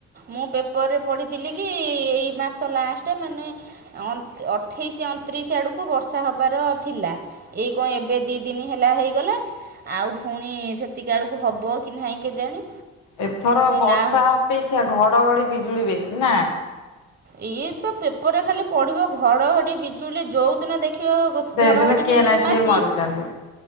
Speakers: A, on the right (about 30°); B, on the left (about 85°).
A: ମୁଁ ପେପରରେ ପଢ଼ିଥିଲି କି ଏଇ ମାସ ଲାଷ୍ଟେ ମାନେ ଅନ୍ତ ଅଠେଇଶି ଅନତିରିଶି ଆଡୁକୁ ବର୍ଷା ହବାର ଥିଲା। ଏଇ ଙ୍କ ଏବେ ଦି ଦିନି ହେଲା ହେଇଗଲା ଆଉ ଫୁଣି ସେତିକା ଆଳୁକୁ ହବ। କି ନାହିଁ କେଜାଣି?
B: ଏଥର ବର୍ଷା
A: ନା
B: ଅପେକ୍ଷା ଘଡ଼ଘଡ଼ି ବିଜୁଳି ବେଶୀ ନା
A: ଇଏ ତ ପେପରରେ ଖାଲି ପଢ଼ିବ ଘଡ଼ଘଡ଼ି ବିଜୁଳିରେ ଜଉ ଦିନ ଦେଖିବ
B: ସେଦିନ
A: ଘଡ଼ଘଡ଼ି
B: କିଏ
A: ବିଜୁଳି
B: ନା କିଏ
A: ମାରଚି
B: ମରିଛନ୍ତି